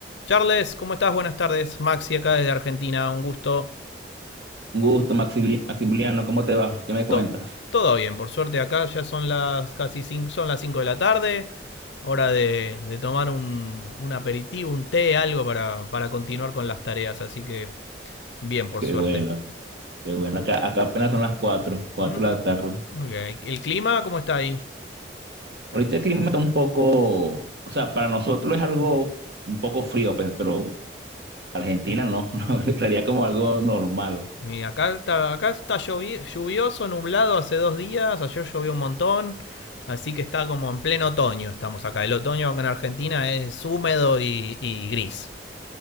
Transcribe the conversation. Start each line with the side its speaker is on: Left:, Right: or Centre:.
Left: Charles, ¿cómo estás? Buenas tardes. Maxi acá desde Argentina, un gusto.
Right: Un gusto, Maxili- Maximiliano, ¿cómo te va? ¿Qué me cuentas?
Left: To- todo bien, por suerte acá ya son las casi cinco, son las 5 de la tarde. Hora de, de tomar un, un aperitivo, un té, algo para, para continuar con las tareas. Así que bien, por
Right: Qué
Left: suerte.
Right: bueno, qué bueno. Acá, acá apenas son las 4, 4
Left: Mm,
Right: de la tarde.
Left: ok. ¿El clima cómo está ahí?
Right: Ahorita el clima está un poco, o sea, para nosotros es algo un poco frío, pues, pero Argentina no, <laughs> no, sería como algo normal.
Left: Y acá está, acá está llovi- lluvioso, nublado hace dos días. Ayer llovió un montón. Así que está como en pleno otoño. Estamos acá. El otoño acá en Argentina es húmedo y, y gris.